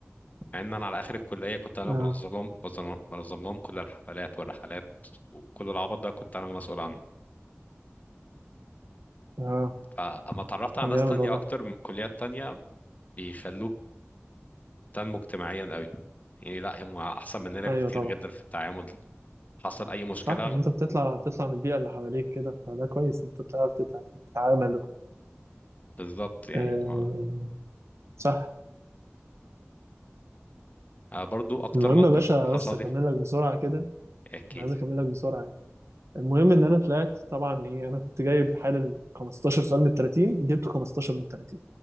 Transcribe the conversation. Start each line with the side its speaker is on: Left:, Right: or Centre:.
Left: مع ان انا على اخر الكليه كنت انا
Right: آه
Left: بنظم لهم بنظم بنظم لهم كل الحفلات والرحلات وكل العبط ده كنت انا المسؤول عنه
Right: آه
Left: فاما اتعرفت على
Right: طب
Left: ناس
Right: جامد
Left: تانية
Right: والله
Left: اكتر من كليات تانية بيخلوك تنمو اجتماعيا قوي يعني لا هم احسن مننا
Right: أيوه
Left: بكتير
Right: طبعا
Left: جدا في التعامل حصل اي مشكله
Right: صح إن أنت بتطلع بتطلع من البيئة اللي حواليك كده فده كويس أنت بتعرف تتع- تتعامل
Left: بالظبط يعني
Right: آه
Left: ما
Right: صح
Left: آه، برضو اكتر
Right: المهم
Left: موقف
Right: يا باشا
Left: حصل
Right: بس أكمل
Left: لي في-
Right: لك بسرعة كده
Left: احكي
Right: أنا عايز
Left: لي
Right: أكمل لك بسرعة يعني. المهم ان انا طلعت طبعا ايه انا كنت جايب حالل 15 سؤال من 30 جبت 15 من 30